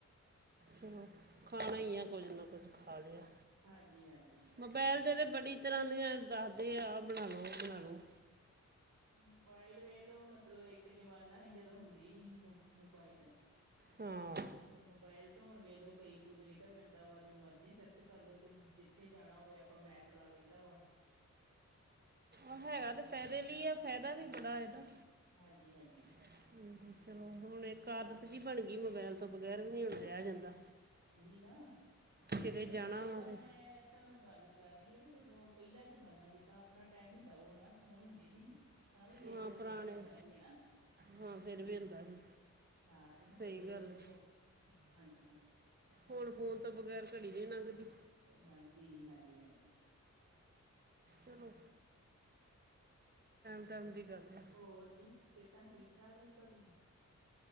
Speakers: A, on the right; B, on the right.
A: ਚਲੋ ਖਾਣਾ ਈ ਆ ਕੁਝ ਨਾ ਕੁਝ ਖਾ ਲਿਆ।
B: ਹਾਂਜੀ-ਹਾਂਜੀ
A: ਮੋਬਾਇਲ
B: ਬਿਲਕੁਲ
A: 'ਤੇ
B: ਜੀ।
A: ਤਾਂ ਬੜੀ ਤਰ੍ਹਾਂ ਦੀਆਂ ਦੱਸਦੇ ਆ ਬਣਾ ਲੋ ਓ ਬਣਾ ਲੋ।
B: ਮੋਬਾਇਲ ਵੇਲੋ ਮਤਲਬ ਇੱਕ ਜਮਾਨਾ ਹੀ ਜਦੋਂ ਹੁੰਦੇ ਨਈ ਹੀ ਮੋਬਾਇਲ
A: ਹਾਂ
B: ਤੇ ਮੋਬਾਈਲ ਤਾਂ ਹੁਣ ਵੇਖਲੋ ਕਈ ਕੁੱਝ ਨਿਕਲ ਜਾਂਦਾ ਵਾ ਜੋ ਮਰਜ਼ੀ ਸਰਚ ਕਰ ਲਓ ਤੁਸੀਂ ਜਿੱਥੇ ਜਾਣਾ ਹੋਵੇ ਆਪਾਂ ਮੈਪ ਲਾ ਲਈ ਦਾ ਵਾ। ਹਾਂ
A: ਆ ਹੈਗਾ ਤੇ ਫਾਇਦੇ ਲਈ ਆ ਫਾਇਦਾ ਵੀ ਬੜਾ ਇਦਾ
B: ਹਾਂਜੀ-ਹਾਂਜੀ
A: ਹ ਚਲੋ ਹੁਣ ਇੱਕ ਆਦਤ ਜੀ ਬਣ ਗਈ ਮੋਬਾਇਲ ਤੋਂ ਬਗੈਰ ਵੀ ਨਈ ਹੁਣ ਰਿਆ ਜਾਂਦਾ।
B: ਉਹੀ ਨਾ ਤੇ
A: ਕਿਤੇ
B: ਵੇਖਲੋ
A: ਜਾਣਾ
B: ਓਦਾਂ
A: ਵਾ ਤੇ
B: ਮੈਂ ਤੁਹਾਨੂੰ ਗੱਲ ਕਰ ਰਈ ਜਦੋਂ ਪੈਲਾ ਜਮਾਨਾ ਜਿੱਦਾਂ ਆਪਣਾ ਟੈਮ ਹੀ ਲਾਓ ਹਨਾ ਫੋਨ ਹੁੰਦੇ ਨੀ ਹੀ। ਤਾਂ ਵੀ ਵੇਖਲੋ
A: ਹਾਂ
B: ਗੁਜ਼ਾਰਾ
A: ਪੁਰਾਣੇ
B: ਹੁੰਦਾ ਹੀ ਹਨਾ।
A: ਹਾਂ ਫਿਰ ਵੀ ਹੁੰਦਾ ਸੀ
B: ਹਾਂ ਤੇ ਹੁਣ
A: ਸਹੀ
B: ਵੇਲੋ
A: ਗੱਲ ਹੈ
B: ਤੇ ਹੁਣ ਹਾਂਜੀ।
A: ਹੁਣ ਫੋਨ ਤੋਂ ਬਗੈਰ ਘੜੀ ਜੀ ਨੀ ਲੰਘਦੀ।
B: ਲੰਘਦੀ ਨੀ ਹਾਂਜੀ-ਹਾਂਜੀ।
A: ਚੱਲੋ
B: ਚਲ
A: ਟਾਈਮ ਦੀ ਗੱਲ ਹੈ
B: ਹੋਰ ਜੀ ਸੇਤਾ ਠੀਕ-ਠਾਕ ਨੇ ਤੁਹਾਡੀਆਂ।